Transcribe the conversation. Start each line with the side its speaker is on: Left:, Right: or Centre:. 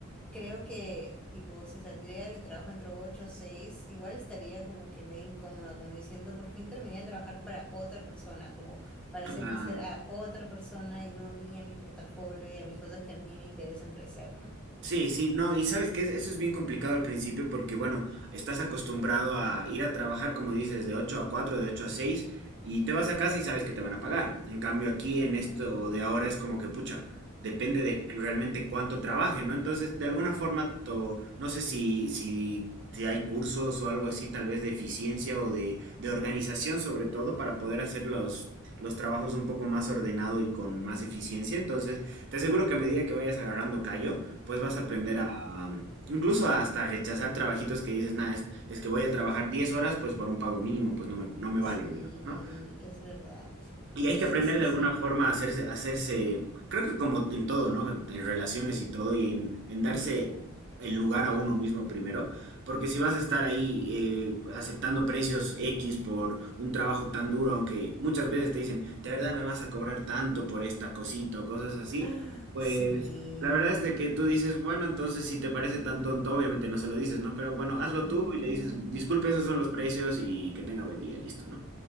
Centre: Creo que, tipo, si saldría de mi trabajo entre 8 o 6, igual estaría como que medio incómoda, como diciendo, por fin terminé de trabajar para otra persona, como para
Right: claro.
Centre: hacer crecer a otra persona y no a mí, a mi portafolio y a mis cosas que a mí me interesan crecer, ¿no?
Right: Sí, sí, no, y sabes que eso es bien complicado al principio porque, bueno, estás acostumbrado a ir a trabajar, como dices, de 8 a 4 de 8 a 6 y te vas a casa y sabes que te van a pagar. En cambio, aquí en esto
Centre: Ujú,
Right: de ahora es como que, pucha, depende de realmente cuánto trabaje, ¿no? Entonces, de alguna forma, to- no sé si, si, si hay cursos o algo así, tal vez de eficiencia o de, de organización, sobre todo, para poder hacer los, los trabajos un poco más ordenado y con más eficiencia. Entonces, te aseguro que a medida que vayas agarrando callo, pues vas a aprender
Centre: ujú.
Right: a, um, incluso hasta rechazar trabajitos que dices, nada, es, es que voy a trabajar 10 horas, pues por un pago mínimo, pues no me, no me
Centre: Sí,
Right: vale, digamos, ¿no?
Centre: es verdad.
Right: Y hay que
Centre: Sí,
Right: aprender
Centre: sí,
Right: de alguna
Centre: sí.
Right: forma
Centre: <gasps>
Right: a hacerse, a hacerse, creo que como en todo, ¿no? En, en relaciones y todo, y en, en darse el lugar a uno mismo primero, porque si vas a estar ahí eh, aceptando precios X por un trabajo tan duro, aunque muchas veces te dicen, de verdad me vas a cobrar tanto por esta cosita o cosas así,
Centre: Ah,
Right: pues
Centre: sí.
Right: la verdad es de que tú dices, bueno, entonces si te parece tan tonto, obviamente no se lo dices, ¿no? Pero bueno, hazlo
Centre: Mm,
Right: tú y le dices, disculpe, esos son los precios y que tenga buen día, listo, ¿no?